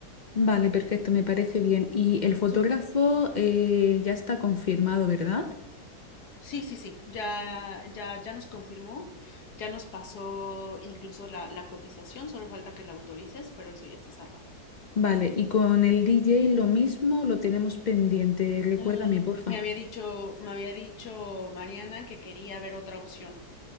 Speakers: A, on the left; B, on the left.
A: Vale, perfecto, me parece bien. Y el fotógrafo
B: Súper.
A: eh, ya está confirmado, ¿verdad?
B: Sí, sí, sí, ya, ya, ya nos confirmó, ya nos pasó incluso la, la cotización, solo falta que la autorices, pero eso ya está cerrado.
A: Vale, y con el DJ lo mismo, lo tenemos pendiente. Recuérdame,
B: Mm,
A: porfa.
B: me había dicho, me había dicho Mariana que quería ver otra opción.